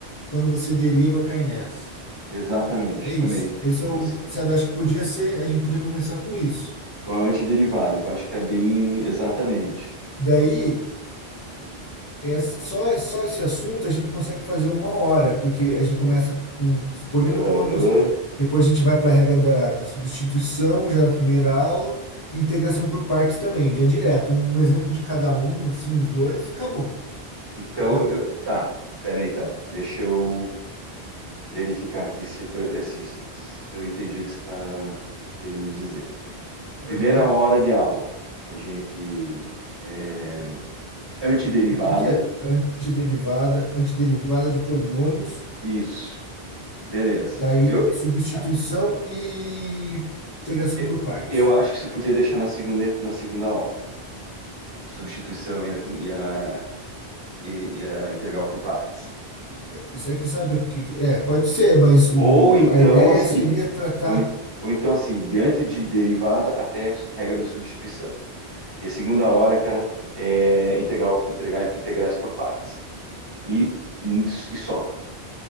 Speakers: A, on the left; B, on the right.
A: quando você deriva, cai nessa.
B: exatamente,
A: É isso.
B: também.
A: Esse é o,
B: Com,
A: sabe, acho que podia ser, a gente podia começar com isso.
B: com a antiderivada, que eu acho que é bem. Exatamente.
A: Daí, é, só, só esse assunto a gente consegue fazer uma hora, porque a gente começa com os polinômios,
B: Aham.
A: depois a gente vai para a regra da, da substituição, já na primeira aula, e integração por partes também, já direto, um exemplo de cada um, assim, uns dois, e acabou.
B: Então,
A: Entendeu?
B: eu- tá. Pera aí, então. Deixa eu verificar aqui se, se, se eu entendi o que você está querendo dizer. Primeira
A: Aham.
B: hora de aula, a gente. é, antiderivada.
A: O que que é antiderivada? Antiderivada de polinômios,
B: Isso. Beleza.
A: daí
B: Eu,
A: substituição
B: eh,
A: e integração
B: eu,
A: por partes.
B: eu acho que você podia deixar na segunda, na segunda hora. a substituição e a, e a, e, a integral por partes.
A: Isso é que sabe o que. É, pode ser, mas o,
B: Ou então,
A: a ideia
B: assim,
A: seria tratar.
B: ou, ou então, assim, diante de derivada até regra da substituição. E a segunda hora, cara, é integral, integrar, integrais por partes. E, e só.